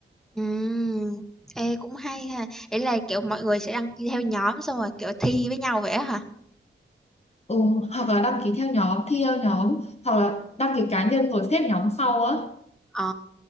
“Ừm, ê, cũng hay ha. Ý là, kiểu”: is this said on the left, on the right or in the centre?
Centre